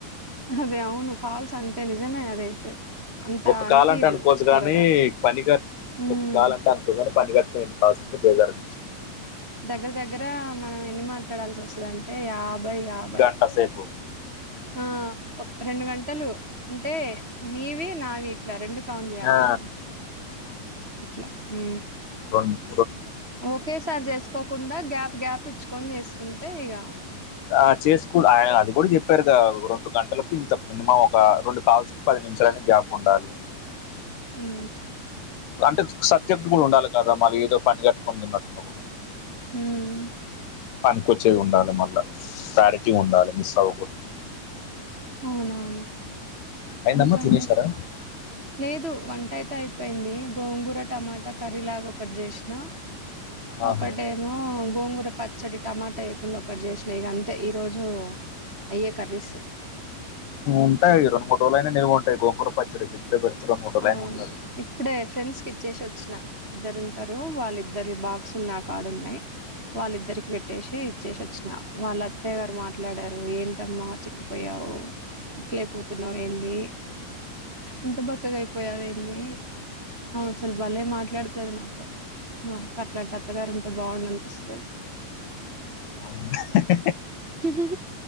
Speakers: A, on the right; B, on the left.
A: అదే అవును కాల్స్ అంతే నిజమే అదైతే అంత
B: ఒక
A: అనిపియదు
B: కాల్ అంటే అనుకోచ్చ గానీ
A: త్వరగా.
B: పని
A: హ్మ్.
B: ఒక కాల అంటే అనుకోచ్చ కాని పని క పోన కావాల్సింటే బేజార్ అనిపిస్తుంది
A: దగ్గర దగ్గర మనం ఎన్ని మాట్లాడాల్సి వస్తద అంటే యా యాబై యాబై
B: గంట సేపు
A: ఆ రెండు గంటలు అంటే మీవి నావి ఇట్లా రెండు కౌంట్ చేయాలి
B: ఆ,
A: కదా అట్లా ఉ
B: అ
A: ఒకేసారి చేసుకోకుండా గ్యాప్ గ్యాప్ ఇచ్చుకొని చేసుకుంటే ఇక
B: ఆ చేసుకూడ ఆయన అది కూడా చెప్పారు కదా రెండు గంటలకు ఇంత మినిమం ఒక ఒక రెండు కాల్స్ కి పది నిమిషాలైన గ్యాప్ ఉండాలి
A: ఉ
B: అంటే సబ్జెక్ట్ కూడా ఉండాలి కదా మళ్ళీ ఏదో పని కట్టుకొని తిన్నట్టుండ కూడా
A: హ్మ్.
B: పనికొచ్చేది ఉండాలి మళ్ళ క్లారిటీ ఉండాలి మిస్ అవ్వకూడదు
A: అవునవును
B: అయిందమ్మా
A: ఇంకాండి
B: తినేశారా
A: లేదు వంటయి అయిపోయింది గోంగూర టమాటా కర్రీ లాగా ఒకటి చేసిన
B: ఆహా
A: ఒకటేమో గోంగూర పచ్చడి టమాటా వేయకుండా ఒకటి జేసిన ఇక అంతే ఈరోజు అయ్యే కర్రీస్
B: ఉంటాయి రెండు మూడు రోజులు అయినా నిలువ ఉంటాయి గోంగూర పచ్చడి ఫ్రిడ్జ్ లో పెడితే రెండు మూడు రోజులైనా
A: అవును
B: ఉంటది
A: ఇప్పుడే ఫ్రెండ్స్ కి ఇచ్చేసి వచ్చిన ఇద్దరు ఉంటారు వాళ్ళిద్దరి బాక్స్లు నా కాడ ఉన్నాయ్ వాళ్ళిద్దరికి పెట్టేసి ఇచ్చేసి వచ్చిన వాళ్ళ అత్తయ్య గారు మాట్లాడారు ఏంటమ్మా కిపోయావు ఇట్లయి పోతున్నావు ఏంది ఇంత బక్కగా అయిపోయావు ఏంది అసలు భలే మాట్లాడుతుంది నాతో అట్లాంటి అత్తగారు ఉంటే బాగుండు అనిపిస్తది
B: అవు
A: హు హు